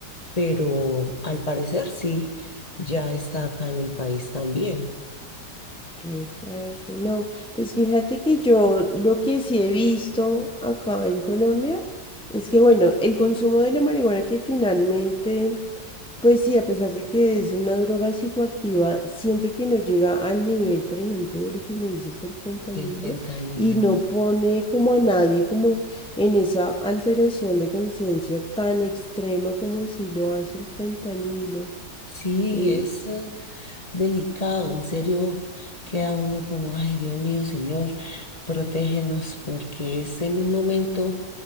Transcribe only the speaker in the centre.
re fuerte. No, pues fíjate que yo lo que sí he visto acá en Colombia es que, bueno, el consumo de la marihuana que finalmente, pues sí, a pesar de que es una droga psicoactiva, siento que no llega al nivel, por ejemplo, de lo que me dices del fentanilo
y no pone como a nadie como en esa alteración de conciencia tan extrema como si lo hace el fentanilo.
Eh,